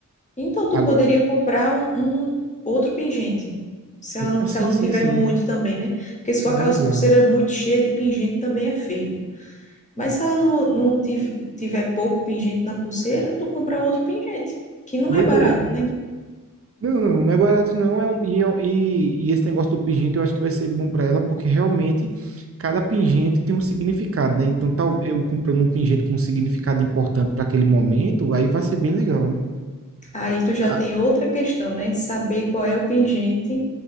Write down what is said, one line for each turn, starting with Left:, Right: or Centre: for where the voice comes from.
Left: Então, tu
Right: Agora,
Left: poderia comprar um, um outro pingente. Se ela, não-
Right: ah,
Left: se
Right: sim,
Left: ela não
Right: sim,
Left: tiver
Right: sim.
Left: muito também, né? Porque se for
Right: Ah,
Left: aquelas
Right: legal.
Left: pulseiras muito cheias de pingente, também é feio. Mas se ela não, não tiv- tiver pouco pingente na pulseira, tu compra outro pingente, que não
Right: Boa
Left: é barato,
Right: ideia.
Left: né?
Right: Não, não, não é barato não, é um, e, é um- e, e esse negócio do pingente eu acho que vai ser bom para ela, porque realmente cada pingente tem um significado, né? Então, tal, eu comprando um pingente com um significado importante para aquele momento, aí vai ser bem legal, né?
Left: Aí tu já
Right: Ah,
Left: tem outra questão, né? Saber qual é o pingente